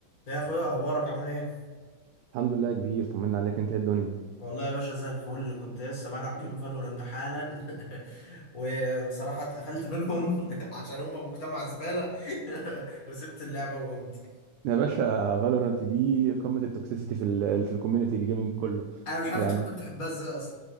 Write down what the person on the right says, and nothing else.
الحمد لله يا كبير طمنا عليك انت ايه الدنيا
يا باشا فالورانت دي قمه التوكسيسيتي في ال في الكوميونتي الجيمنج كله
يعني